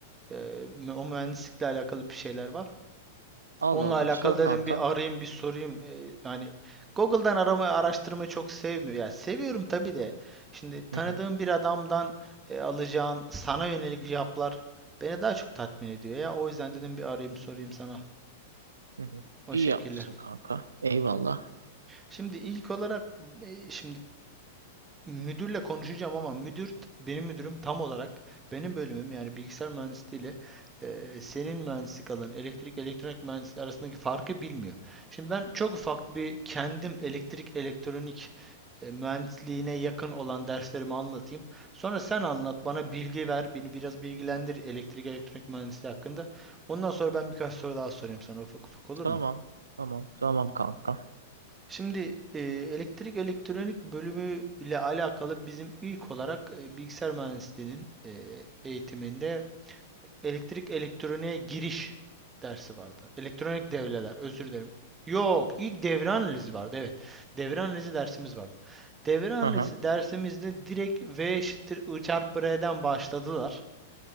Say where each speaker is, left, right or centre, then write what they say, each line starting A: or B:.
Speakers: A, on the right (about 15°); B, on the right (about 70°).
A: e, o mühendislikle alakalı bir şeyler var.
B: Allah
A: Onunla
B: Allah.
A: alakalı
B: Sor
A: dedim
B: kanka.
A: bir arayayım bir sorayım. E, yani Google'dan aramayı araştırmayı çok sevmiyorum. Ya seviyorum tabii de. Şimdi tanıdığım
B: Hı hı.
A: bir adamdan e, alacağın sana yönelik cevaplar beni daha çok tatmin ediyor ya. O yüzden dedim bir arayayım sorayım sana
B: Hı hı.
A: o
B: İyi
A: şekilde.
B: yapmışsın kanka. Eyvallah.
A: Şimdi ilk olarak e, şimdi Müdürle konuşacağım ama müdür benim müdürüm tam olarak benim bölümüm yani bilgisayar mühendisliği ile eee, senin mühendislik alanın elektrik elektronik mühendisliği arasındaki farkı bilmiyor. Şimdi ben çok ufak bir kendim elektrik elektronik e, mühendisliğine yakın olan derslerimi anlatayım. Sonra sen anlat bana bilgi ver beni biraz bilgilendir elektrik elektronik mühendisliği hakkında. Ondan sonra ben birkaç soru daha sorayım sana ufak ufak olur
B: Tamam.
A: mu?
B: Tamam. Tamam kanka.
A: Şimdi e, elektrik elektronik bölümü ile alakalı bizim ilk olarak e, bilgisayar mühendisliğinin e, eğitiminde elektrik elektroniğe giriş dersi vardı. Elektronik devreler, özür dilerim. Yok, ilk devre analizi vardı. Evet, devre analizi dersimiz vardı. Devre analizi
B: Hı hı.
A: dersimizde direkt V eşittir I çarpı R'den başladılar.